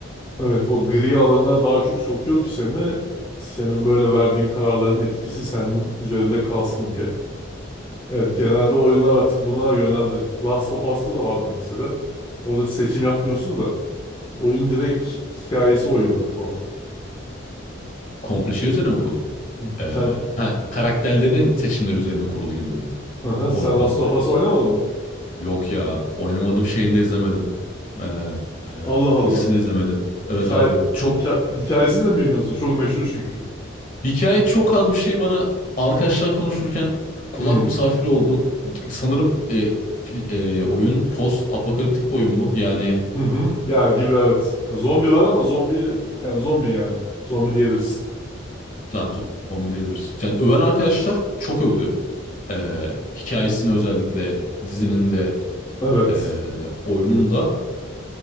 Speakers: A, on the left; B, on the left.
A: evet o gri alana daha çok sokuyor ki seni senin böyle verdiğin kararların etkisi senin üzerinde kalsın diye. Evet genelde oyunlar artık buna yöneldi. Last of Us'ta da vardı mesela. Orada seçim yapmıyorsun da oyun direkt hikayesi o yönde falan.
B: Komple şey üzerine mi kurulu?
A: Hı,
B: Ee,
A: Sen,
B: ha, karakterlerin seçimleri üzerine kurulu gibi mi?
A: Aha,
B: Oyun
A: sen
B: komple.
A: Last of Us oynamadın mı?
B: Yok ya. oynamadım şeyini de izlemedim. Ee, e,
A: Allah Allah.
B: dizisini izlemedim. Evet
A: Hikaye,
B: abi. Çok
A: hika, hikayesini de mi bilmiyorsun? Çok meşhur çünkü.
B: hikaye çok az bir şey bana arkadaşlar konuşurken kulak
A: Hmm.
B: misafiri oldum. Sanırım e, fi- e, oyun post apokaliptik bir oyun mu? Yani
A: Hı hı. Ya gibi evet. Ya, zombi var ama zombi yani zombi yani. Zombi diyebilirsin.
B: Yani zombi diyebiliriz. Yani öven arkadaşlar çok övdü. Ee, hikayesini özellikle dizinin de
A: Evet.
B: ee, oyunun da.